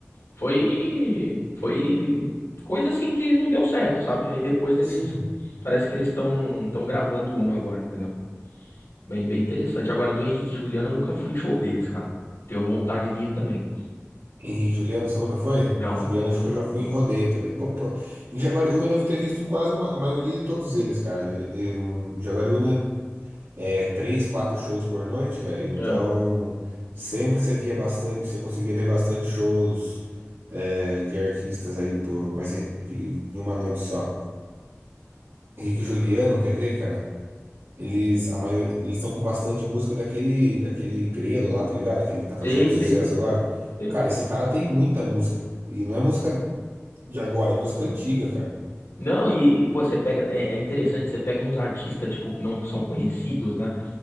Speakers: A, on the left; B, on the right.
A: Foi, foi coisa assim que não deu certo, sabe? Aí depois eles,
B: Sim.
A: parece que eles estão estão gravando uma agora, entendeu? Bem, bem interessante. Agora do Henrique e Juliano eu nunca fui em show deles, cara. Tenho vontade de ir também.
B: Henrique e Juliano, você nunca foi? Henrique
A: Não,
B: e Juliano,
A: deles
B: acho
A: eu nunca
B: que eu já fui
A: fui.
B: em rodeio também. Pô, pro- Em Jaguariúna eu devo ter visto quase uma- a maioria de todos eles, cara. E- Em Jaguariúna é três, quatro shows por noite, velho. Então
A: É.
B: sempre você via bastante, você conseguia ver bastante shows é, de artistas aí por, mas em, de, em uma noite só. Henrique
A: Caraca.
B: e Juliano, quer ver, cara? Eles, a maior, eles estão com bastante música daquele, daquele Grelo lá, tá ligado? Aquele que tá fazendo
A: Sei,
B: sucesso
A: sei, sei,
B: agora.
A: sei, sei.
B: Cara, esse cara tem muita música. E não é música de agora, é música antiga, cara.
A: Não, e, e, pô, você pega, é, é interessante, você pega uns artistas, tipo, que não são conhecidos, né?